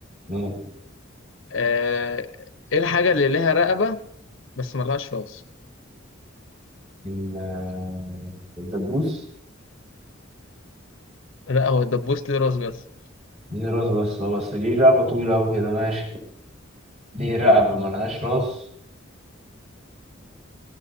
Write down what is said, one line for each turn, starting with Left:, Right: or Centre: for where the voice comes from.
Right: ممكن
Left: آه ايه الحاجه اللي ليها رقبه بس ملهاش راس
Right: ال- آه، الدبوس
Left: لا هو الدبوس ليه راس بس
Right: دي راس بس هو بس ليه رقبة طويلة أوي كده ماشي ليه رقبة ملهاش راس؟